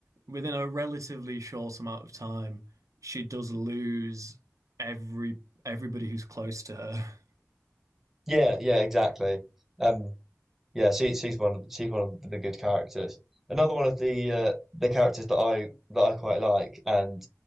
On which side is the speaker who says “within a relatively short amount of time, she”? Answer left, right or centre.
Right